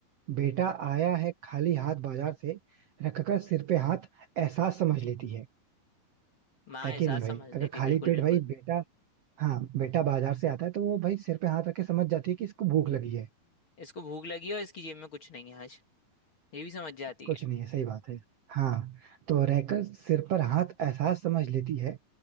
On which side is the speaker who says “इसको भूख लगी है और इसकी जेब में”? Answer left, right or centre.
Left